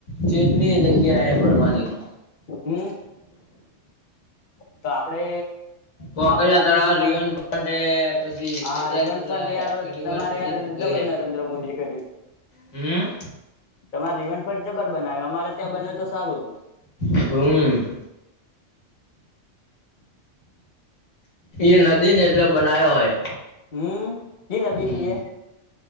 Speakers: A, on the left (about 80°); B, on the left (about 45°).
A: ચેટલી એ જગ્યા એ ફરવાની તો
B: હમ તો આપડે
A: કોકરિયા
B: આપડે આવી
A: તળાવ
B: છું પણ
A: રિવરફ્રન્ટ હે પછી
B: હા
A: ચેટલાય
B: રિવન
A: ચેટલા
B: ફ્રન્ટ
A: યુનિવર્સિટી
B: યાર તમારે યાર
A: બધું
B: જબર
A: હે
B: નરેન્દ્ર મોદીએ કર્યું
A: હમ.
B: તમારે રિવન ફ્રન્ટ જબર બનાયો અમારે ત્યાં બનાયો હોત તો સારું હતું.
A: હમ્મ એ નદી ને એટલે બનાવયો હોય.
B: હમ જી નદી
A: હમ
B: હી એ